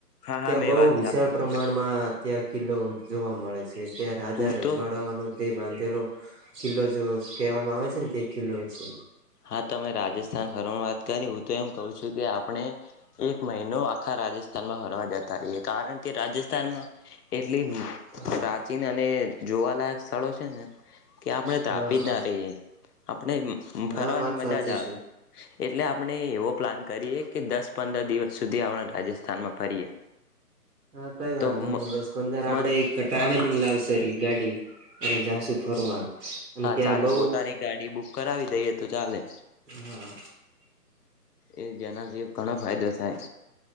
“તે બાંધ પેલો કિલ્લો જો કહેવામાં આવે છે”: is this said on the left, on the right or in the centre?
Right